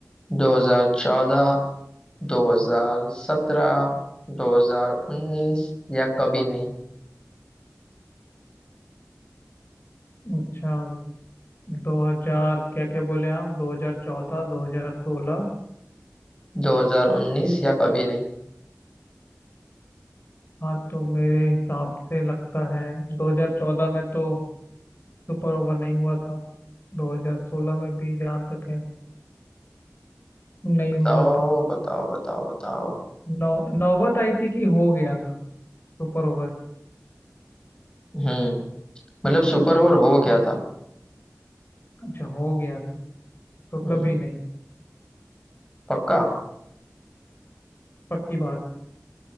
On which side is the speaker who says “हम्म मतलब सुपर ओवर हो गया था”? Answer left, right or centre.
Left